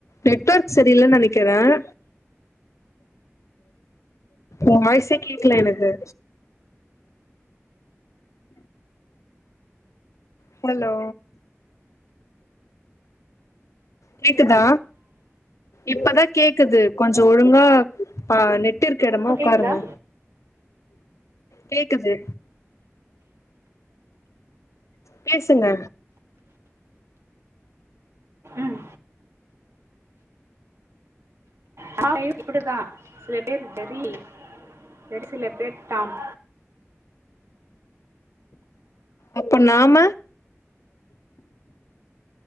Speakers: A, on the left; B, on the right.
A: நெட்வர்க் சரியிலனு நினக்கிறேன் உன் வாயிஷே கேக்கல எனக்கு ஹலோ கேக்குதா இப்பதான் கேக் கேக்குது கொஞ்சம் ஒழுங்கா ஆஹா நெட் நெட் இருக்க எடமா
B: இப்ப
A: உக்காருங்க
B: கேக்குதா
A: கேக்குது கேக்குது பேசுங்க
B: ம் நா இப்டிதான் சில பேர் டெரி வேறு சில பேர் டாம்
A: அப்ப நாம